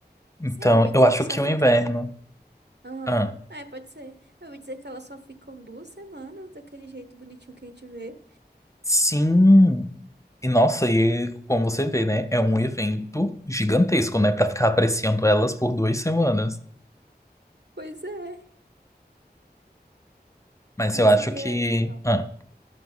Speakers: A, on the left; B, on the right.
A: Então,
B: Sim, eu ouvi dizer
A: eu acho
B: que só
A: que
B: fica.
A: o inverno.
B: Aham,
A: Ah,
B: É, pode ser. Eu ouvi dizer que elas só ficam duas semanas daquele jeito bonitinho que a gente vê.
A: sim. E nossa, e como você vê, né? É um evento gigantesco, né? Pra ficar apreciando elas por duas semanas.
B: Pois é,
A: Mas
B: mas
A: eu acho
B: seria
A: que.
B: legal.
A: Ah,